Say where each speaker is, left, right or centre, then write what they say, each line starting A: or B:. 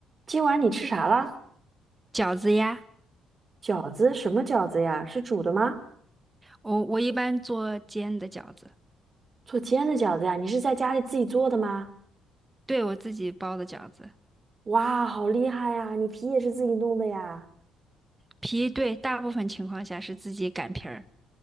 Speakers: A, on the right; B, on the right.
A: 今晚你吃啥了？
B: 饺子呀，
A: 饺子？什么饺子呀？是煮的吗？
B: 我我一般做煎的饺子，
A: 做煎的饺子呀？你是在家里自己做的吗？
B: 对我自己包的饺子，
A: 哇，好厉害呀！你皮也是自己弄的呀？
B: 皮对大部分情况下是自己擀皮儿。